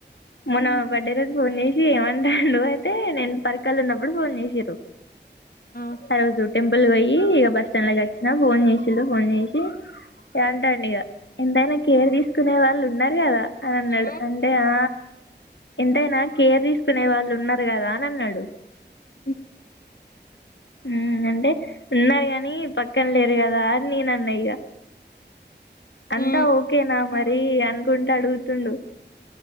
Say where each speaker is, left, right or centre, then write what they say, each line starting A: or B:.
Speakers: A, on the left (about 80°); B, on the left (about 55°).
A: మన
B: ఆహా
A: బర్త్డే రోజు ఫోన్ చే సి ఏమంటాడు అయితే నేను పరికలు ఉన్నప్పుడు ఫోన్ చేసిర్రు
B: ఆ
A: ఆరోజు టెంపుల్‌కు పోయి ఇక బస్ స్టాండ్ లోకి వచ్చినా ఫోన్ చేసిళ్ళు ఫోన్ చేసి అంటాండు ఇగ ఎంతైనా కేర్ తీసుకునే వాళ్ళు ఉన్నారు కదా అని అన్నాడు
B: ఆ
A: అం టే ఆ ఎంతైనా కేర్ తీసుకునే వాళ్ళు ఉన్నారు కదా అని అన్నాడు
B: మ్మ్
A: ఉమ్మ్ అంటే ఉన్నారు కానీ పక్కన లేరు కదా అనీ నేను అన్న ఇగ అంతా
B: ఆ
A: ఓకేనా మరి అనుకుంటు అడుగుతుండు